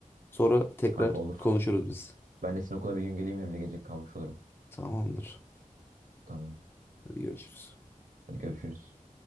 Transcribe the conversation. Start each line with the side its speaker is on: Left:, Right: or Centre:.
Left: Sonra tekrar
Right: Kanka olur.
Left: konuşuruz biz.
Right: Ben de sizin okula bir gün geleyim hem de gece kalmış olurum.
Left: Tamamdır.
Right: Tamam.
Left: Hadi görüşürüz.
Right: Hadi görüşürüz.